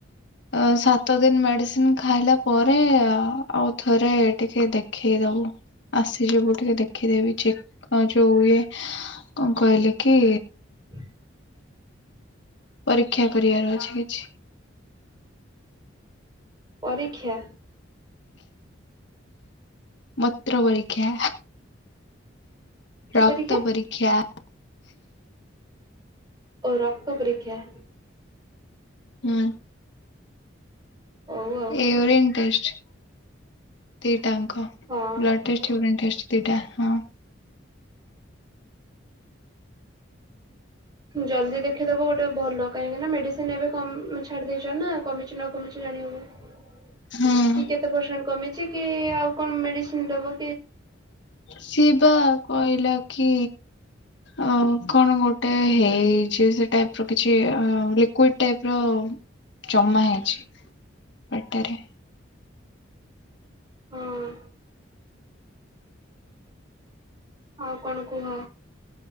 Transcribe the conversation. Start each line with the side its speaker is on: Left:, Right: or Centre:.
Left: ଆ ସାତ ଦିନି ମେଡିସିନ୍ ଖାଇଲା ପରେ ଆଉ ଥରେ ଟିକେ ଦେଖେଇଦବୁ ଆସିଯିବୁ ଟିକେ ଦେଖିଦେବି ଚେକ୍ ଆ ଯୋଉ ଏ କଣ କହିଲେ କି
Right: <inaudible>
Left: ପରୀକ୍ଷା କରିଆର ଅଛି କିଛି।
Right: ପରୀକ୍ଷା
Left: ମୂତ୍ର ପରୀକ୍ଷା।
Right: କି
Left: ରକ୍ତ
Right: ପରୀକ୍ଷା
Left: ପରୀକ୍ଷା।
Right: ଓ ରକ୍ତ ପରୀକ୍ଷ।
Left: ହୁଁ
Right: ହଉ ଆଉ
Left: ୟୁରିନ୍ ଟେଷ୍ଟ ଦିଟାଙ୍କ
Right: ହଁ
Left: ବ୍ଲ ଡ ଟେଷ୍ଟ, ୟୁରିନି ଟେଷ୍ଟ ଦିଟା ହଁ
Right: ଜଲଦି ଦେଖିଇଦବ ଗୋଟେ ଭଲ କାହିଁକି ନା ମେଡିସିନ ଏବେ କମ ଛାଡି ଦେଇଛ ନା କମିଛି ନ କମିଛି ଜାଣି ହବ
Left: ହଁ
Right: କି କେତେ ପରସେଣ୍ଟ କମିଛି କି ଆଉ କଣ ମେଡ଼ିସିନ ଦେବ।
Left: ସେ ବା କହିଲା କି? ଅଂ କଣ ଗୋଟେ ହେଇଛି ସେ ଟାଇପ ର କିଛି ଲିକ୍ୱିଡ ଟାଇପ ର ଜମା ହେଇଛି ପେଟେରେ
Right: ହଁ ଆଉ କଣ କୁହ